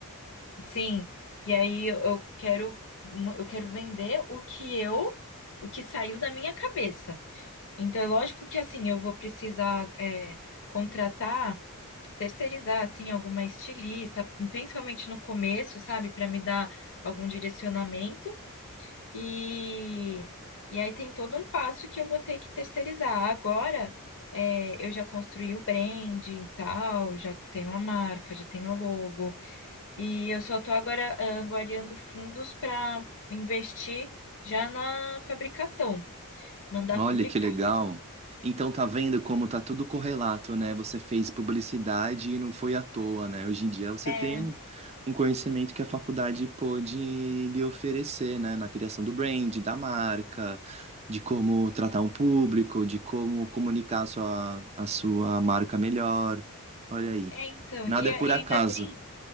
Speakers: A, on the left; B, on the right.
A: sim, e aí eu eu quero, eu quero vender o que eu, o que saiu da minha cabeça. Então, é lógico que assim, eu vou precisar, é, contratar terceirizar assim alguma estilista, principalmente no começo, sabe, para me dar algum direcionamento e e aí tem todo um passo que eu vou ter que terceirizar. Agora é, eu já construí o branding e tal, já tenho a marca, já tenho a logo e eu só estou agora ah, angariando fundos para investir já na fabricação, mandar
B: Olha
A: fabricar.
B: que legal. Então tá vendo como tá tudo correlato, né? Você fez publicidade e não foi à toa, né? Hoje em dia você
A: É,
B: tem um, um conhecimento que a faculdade pôde lhe oferecer, né? Na criação do brand, da marca, de como tratar um público, de como comunicar a sua, a sua marca melhor. Olha aí.
A: então,
B: Nada
A: e, e
B: é
A: ainda
B: por acaso.
A: bem